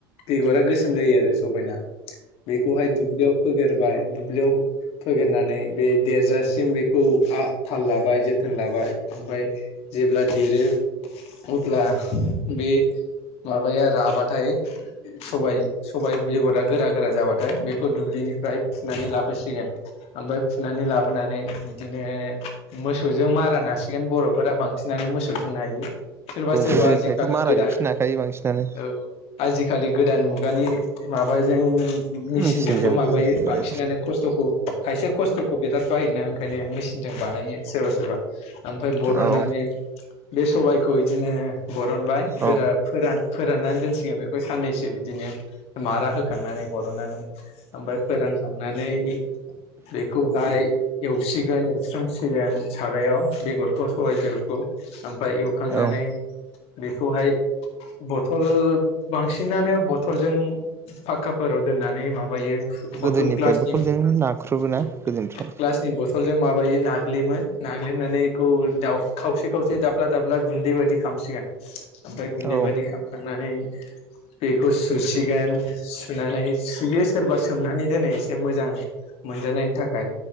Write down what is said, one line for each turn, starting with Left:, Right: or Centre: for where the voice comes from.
Left: बेगरा गोसो सोम जायो आरो सबायना बेखौहाय दुब्लियाव फोग्रोबाय दुब्लियाव फोग्रोनानै बे देरजासिम बेखौ आ थाल लाबाय जोथोन लाबाय ओमफ्राय जेब्ला देरो अब्ला बे माबाया राबाथाय सबाय सबाय बेगरा गोरा गोरा जाबाथाय बेखौ दुब्लिनिफ्राय फुनानै लाबोसिगोन ओमफ्राय फुनानै लाबोनानै बिदिनो मोसौजों मारा नासिगोन बर'फोरा बांसिनानो मोसौजों नायो। सोरबा सोरबा
Right: गोदोनिफ्रायथ'
Left: आजिखालि
Right: माराजोंसो
Left: गोदान
Right: नाखायो बांसिनानो
Left: औ आजिखालि गोदान मुग खुगानि माबाजों मेसिनजोंबो
Right: मेचिनजों
Left: माबायो
Right: ओमफ्राय
Left: बांसिनानो खस्थ'खौ खायसेया खस्थ'खौ बिराद बायोना। बेखायनो मेचिनजों बानायो सोरबा सोर ओमफ्राय बरननानै
Right: औ
Left: बे सबायखौ इदिनो बरनबाय गोरा
Right: औ
Left: फोरान फोराननानै दोनसिगोन बेखौ साननैसो बिदिनो। मारा होखांनानै बरननानै ओमफ्राय फोरानखांनानै बेखौहाय एवसिगोन एवस्रोमसिगोन सारायाव बेगरखौ सबाय बेगरखौ आम ओमफ्राय एवखांनानै
Right: औ
Left: बेखौहाय बथल बांसिनानो ब बथल जों फाक्काफोराव दोननानै माब माबायो
Right: गोदोनिफ्राय
Left: बथल ग्लासनि
Right: बथलजों
Left: ग्लासनि
Right: नाख्रुबोना गोदोनिफ्राय
Left: बथलजों माबायो। माबायो नाग्लेयोमोन नाग्लेमनानै बेखौ खावसे-खावसे दाब्ला-दाब्ला गुन्दै बायदि खालामसिगोन। ओमफ्राय गुन्दै
Right: औ
Left: बायदि खालामखांनानै बे बेखौ सुसिगोन। सुनानै सुयो सोरबा सोमनानै दोनो। एसे मोजां मोनजानायनि थाखाय।